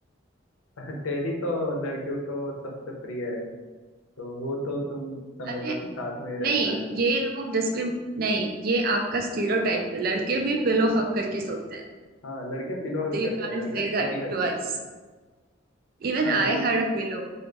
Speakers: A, on the left; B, on the right.
A: <laughs> टेडी तो लड़कियों को सबसे प्रिय है तो वो तो तुम समझ
B: अरे
A: लो कि साथ में ही
B: नहीं
A: रहता है
B: ये लोग डिस्क्रिम नहीं ये आपका स्टीरियोटाइप है लड़के भी पिलो हक करके सोते हैं
A: हाँ लड़के पिलो हग
B: तो you
A: करते
B: can't
A: हैं लड़कियां
B: say that
A: टेडी हग
B: to
A: करती
B: us
A: हैं
B: Even
A: हाँ
B: I
A: वो
B: had a pillow